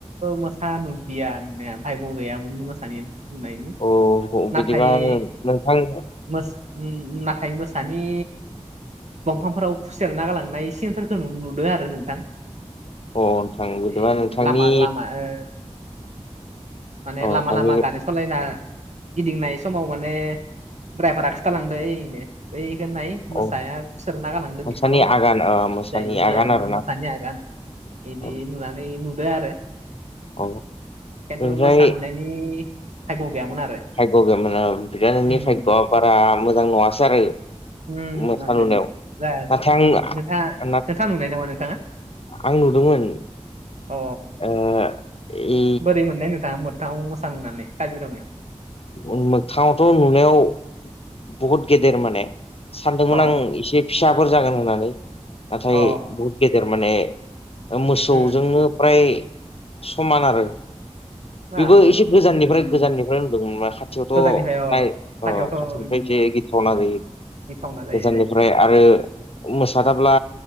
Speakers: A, on the right; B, on the left.
A: मोसा नुदिया नुनाया भायग' गैयामोन मोसानि बुंनायनि
B: अ बिदिबा
A: नाथाय
B: नोंथां अ
A: मोस उम नाथाय मोसानि दंफांफोराव खुसेरना गालांनाय सिनफोरखौ नुदों आरो नोंथां।
B: नोंथां बिदिबा
A: ए
B: नोंथांनि
A: लामा लामा ओ माने
B: अ नोंथांनि
A: लामा लामा गारि सलायना गिदिंनाय समाव माने ड्राइभारा खिथालांदो ऐनो बैखो नाय मोसाया
B: अ
A: खुसेरना गालांदों
B: मोसानि
A: बिफाङाव
B: आगान
A: जायो
B: ओ मोसानि
A: बिदिया
B: आगान
A: आरो
B: आरोना
A: <unintelligible> आगान बिदि
B: औ
A: नुनानै नुदो आरो।
B: औ
A: खिन्थु
B: ओमफ्राय
A: मोसा नुनायनि भायग' गैयामोन आरो।
B: भाय्ग' <unintelligible> नोंनि
A: उम
B: भाग'आ बारा मोजां नङासै आरो।
A: <unintelligible> उम्म
B: मोसा नुनायाव
A: जायासै
B: नाथाय
A: नोंथाङा
B: आं
A: नोंथा नुनाय नामा नोंथाङा?
B: आं नुदोंमोन।
A: अ।
B: ओ इ
A: बोरै मोननाय नोंथाङा मोगथांङाव मोसा नुनानै काजिरङायाव?
B: मोगथाङावथ' नुनायाव बहुत गेदेर माने। सानदोंमोन
A: अ
B: आं एसे फिसाफोर जागोन होननानै नाथाय
A: अ
B: बहुद गेदेर माने मोसौजोंनो
A: उम
B: फ्राय समान आरो।
A: बाब
B: बेबो
A: रे
B: एसे
A: बाब
B: गोजाननिफ्राय
A: उम
B: गोजाननिफ्राय खाथियावथ'
A: गोजाननिफ्राय अ
B: नाय
A: खाथियावथ'
B: ओ
A: उम
B: खाथिनिफ्राय एसे गिथावना जायो
A: गिथावना जायो
B: गोजाननिफ्राय
A: जायो
B: आरो मोसाथाब्ला